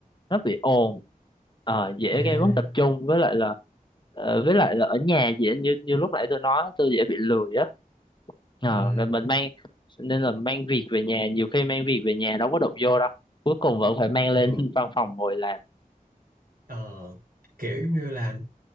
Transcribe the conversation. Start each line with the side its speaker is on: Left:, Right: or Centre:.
Left: nó bị ồn ờ, dễ
Right: à
Left: gây mất tập trung với lại là ờ, với lại là ở nhà dễ như như lúc nãy tôi nói tôi dễ bị lười á Ờ,
Right: ừm
Left: rồi mình mang nên là mang việc về nhà nhiều khi mang việc về nhà đâu có đụng vô đâu cuối cùng vẫn phải mang lên
Right: ờ
Left: <laughs> văn phòng ngồi làm
Right: ờ kiểu như là